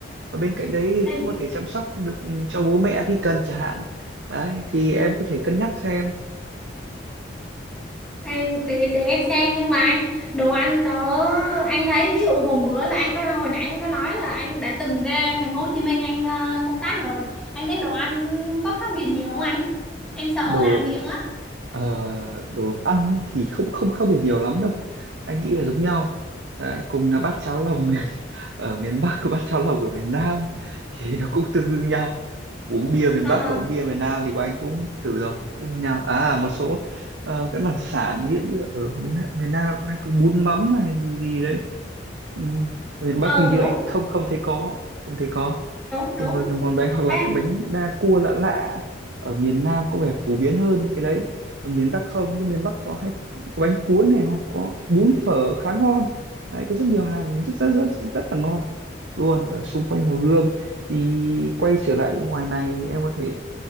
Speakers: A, on the right (about 70°); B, in the centre.
A: và bên cạnh đấy thì
B: Em-
A: cũng có thể chăm sóc được ừ, cho bố mẹ khi cần chẳng hạn đấy thì em có thể cân nhắc xem
B: em- để để em xem nhưng mà anh đồ ăn ở anh thấy ví dụ hôm bữa là anh có hồi nãy anh có nói là anh đã từng ra thành phố Hồ Chí Minh anh ờ, công tác rồi anh thấy đồ ăn có khác biệt nhiều không anh em sợ
A: đồ
B: làm miệng á
A: ờ, đồ ăn thì không không khác biệt nhiều lắm đâu anh nghĩ là giống nhau Đấy, cùng là bát cháo lòng <laughs> ở miền Bắc và bát cháo lòng ở miền Nam <laughs> thì nó cũng tương đương nhau uống bia miền
B: ờ
A: Bắc và uống bia miền Nam thì bọn anh cũng thử rồi cũng như nhau à một số ờ, các đặc sản ví dụ như ở miền Nam, miền Nam có anh có bún mắm này gì, gì đấy Ừm, miền
B: ờ
A: Bắc hình như
B: đúng
A: anh không không thấy có không thấy có
B: đúng đúng
A: Đúng rồi cái món đấy hoặc là
B: Ê,
A: cái bánh đa cua lạ lạ ở miền Nam có vẻ phổ biến hơn cái đấy còn miền Bắc không nhưng miền Bắc có hay có bánh cuốn này hoặc có bún phở khá ngon đấy có rất nhiều hàng rất rất rất rất là ngon luôn ở xung quanh Hồ Gươm thì quay trở lại ngoài này thì em có thể